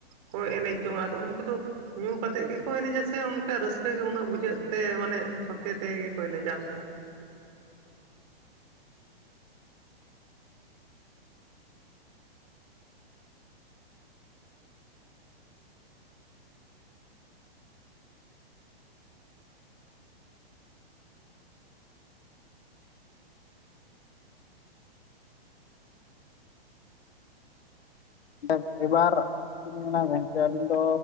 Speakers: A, on the right; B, on the left.
A: ᱠᱚ ᱮᱱᱮᱡ ᱡᱚᱝᱼᱟ ᱩᱝᱠᱩ ᱫᱚ ᱧᱩ ᱠᱟᱛᱮᱜ ᱜᱮᱠᱚ ᱮᱱᱮᱡᱟ ᱥᱮ ᱚᱱᱠᱟ ᱨᱟᱹᱥᱠᱟᱹ ᱜᱮ ᱩᱱᱟᱹᱜ ᱵᱩᱡᱷᱟᱹᱜ ᱛᱮ ᱢᱟᱱᱮ ᱥᱚᱛᱮ ᱛᱮᱜᱮᱠᱚ ᱮᱱᱮᱡᱟ ᱚᱝᱠᱟ?
B: ᱫᱮ ᱮᱵᱟᱨ ᱪᱮᱫ ᱞᱤᱧ ᱢᱮᱱᱟ ᱜᱚᱝᱠᱮ ᱟᱹᱞᱤᱧ ᱫᱚ